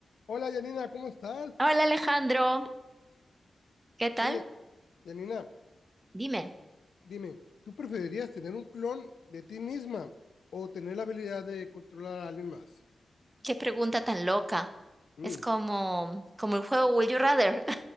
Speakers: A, on the left (about 80°); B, on the right (about 20°).
A: Hola Yanina, ¿cómo estás?
B: Hola Alejandro, ¿qué tal?
A: Oye, Yanina,
B: Dime,
A: dime, ¿tú preferirías tener un clon de ti misma o tener la habilidad de controlar a alguien más?
B: qué pregunta tan loca.
A: Mm,
B: Es como, como el juego Will You Rather.